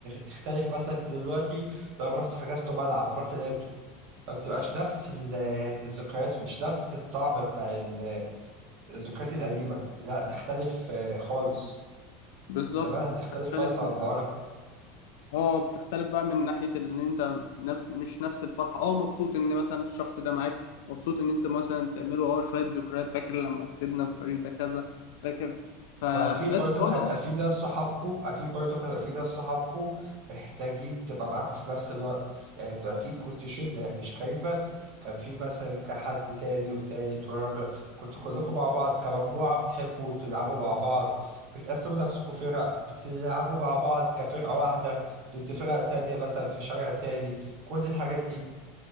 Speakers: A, on the right (about 50°); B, on the left (about 75°).
A: تختلف مثلا دلوقتي لو رحتوا حجزتوا ملعب رحت لعبت ما بتبقاش نفس ال- الذكريات مش نفس الطعم بتاع ال- الذكريات القديمة لا تختلف آه، خالص
B: بالظبط
A: زمانها تختلف
B: تختلف
A: خالص عن
B: انت
A: النهاردة
B: اه بتختلف بقى من ناحية ان انت نفس مش نفس الفرحة اه مبسوط ان مثلا الشخص ده معاك مبسوط ان انت مثلا تعملوا اه شوية ذكريات فاكر لما كسبنا في فريق ده كذا فاكر فبس
A: واكيد برضك
B: برضه
A: هيبقى
B: مش
A: في ناس صحابكو اكيد برضك هيبقى في ناس صحابكو محتاجين تبقى معاكو في نفس الوقت يعني انتوا اكيد كنتوا شله يعني مش كريم بس كان في مثلا كحد تاني وتالت ورابع كنتوا كلكم مع بعض كمجموعه بتحبوا تلعبوا مع بعض بتقسموا نفسكم فرق بتلعبوا مع بعض كفرقه واحده ضد فرق تانيه مثلا في شارع تاني كل الحاجات دي